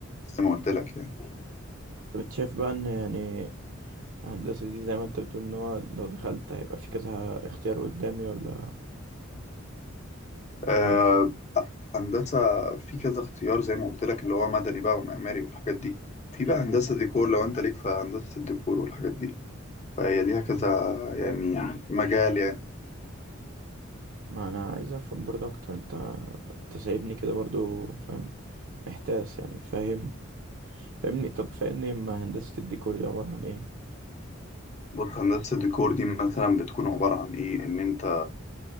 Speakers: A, on the left; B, on the right.
A: زي ما قلت لك يعني
B: طب انت شايف بقى ان يعني هندسة دي زي ما انت بتقول ان هو لو دخلت هيبقى في كذا اختيار قدامي ولا
A: آه،
B: فاهم
A: هندسة في كذا اختيار زي ما قلت لك اللي هو مدني بقى ومعماري والحاجات دي في بقى هندسة ديكور لو انت ليك في هندسة الديكور والحاجات دي فهي ليها كذا يعني مجال يعني
B: ما انا عايز افهم برضه اكتر انت انت سايبني كده برضه فاهم محتاس يعني فاهم فاهمني طب فاهمني ما هندسة الديكور دي عبارة عن ايه
A: بص هندسة الديكور دي مثلا بتكون عبارة عن ايه ان انت